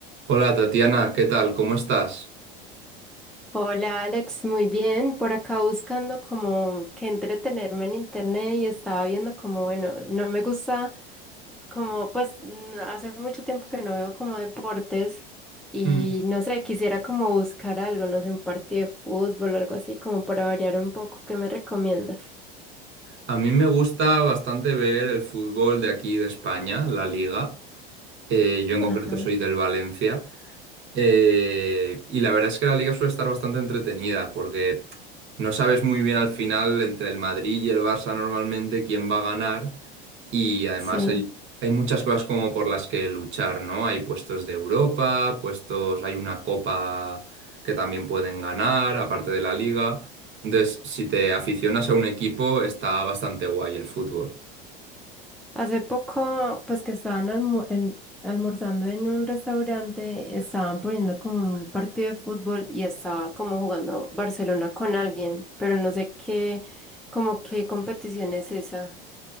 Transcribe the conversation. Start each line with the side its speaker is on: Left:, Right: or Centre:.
Right: Hola Tatiana, ¿qué tal? ¿Cómo estás?
Centre: Hola Alex, muy bien. Por acá buscando como que entretenerme en internet y estaba viendo como, bueno, no me gusta como, pues n- hace mucho tiempo que no veo como deportes y
Right: Hmm.
Centre: no sé, quisiera como buscar algo, no sé, un partido de fútbol o algo así como para variar un poco. ¿Qué me recomiendas?
Right: A mí me gusta bastante ver el fútbol de aquí de España, la Liga. Eh, yo en
Centre: Ajá,
Right: concreto soy del Valencia. Eh, y la verdad es que la Liga suele estar bastante entretenida porque no sabes muy bien al final entre el Madrid y el Barça normalmente quién va a ganar. Y además
Centre: sí.
Right: hay, hay muchas cosas como por las que luchar, ¿no? Hay puestos de Europa, puestos, hay una copa que también pueden ganar, aparte de la liga. Entonces, si te aficionas a un equipo, está bastante guay el fútbol.
Centre: Hace poco, pues que estaban almu- en- almorzando en un restaurante, estaban poniendo como un partido de fútbol y estaba como jugando Barcelona con alguien, pero no sé qué, como qué competición es esa.